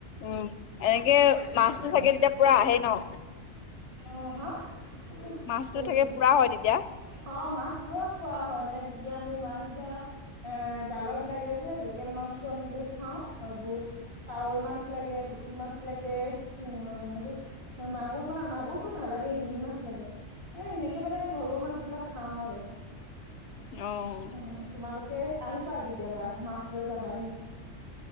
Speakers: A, on the left; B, on the right.
A: উম, এনেকে মাছটো থাকে তেতিয়া পুৰা আহে ন'।
B: অঁ, হাঁ, পৰি
A: মাছটো থাকে
B: থাকিবি। অঁ,
A: পুৰা হয় তেতিয়া।
B: মাছ পুৰা খোৱা হয়, মানে যেতিয়া আমি মাছ ধৰা- এঁ জালত লাগে যে লোকেল মাছটো আমি বহুত খাওঁ, এইবোৰ- কাৱৈ মাছ লাগে, পুঠ- ঠি মাছ লাগে, উম এইটো মাগুৰ মা মাগুৰটো নালাগেই, শিঙি মাছ লাগে। এ, সেনেকে মানে ঘৰুৱা মাছ বিলাক খাওঁ আৰু।
A: অ'।
B: উম' তোমালোকে আহিবা কেতিয়াবা, মাছ লৈ যাবাহি।